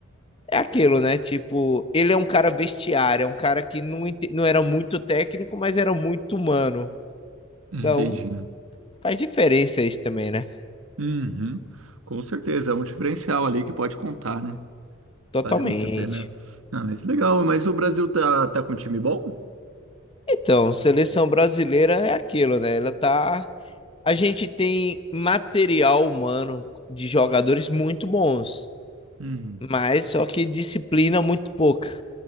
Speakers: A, on the left; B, on the right.
A: é aquilo, né? Tipo, ele é um cara vestiário, é um cara que não, ente- não era muito técnico, mas era muito humano.
B: Entendi.
A: Então, faz diferença isso também, né?
B: Uhum. Com certeza, é um diferencial ali que pode contar, né?
A: Totalmente.
B: Vale muito a pena. Ah, mas legal, mas o Brasil tá, tá com um time bom?
A: Então, seleção brasileira é aquilo, né? Ela tá. A gente tem material humano de jogadores muito bons,
B: Uhum.
A: mas só que disciplina muito pouca.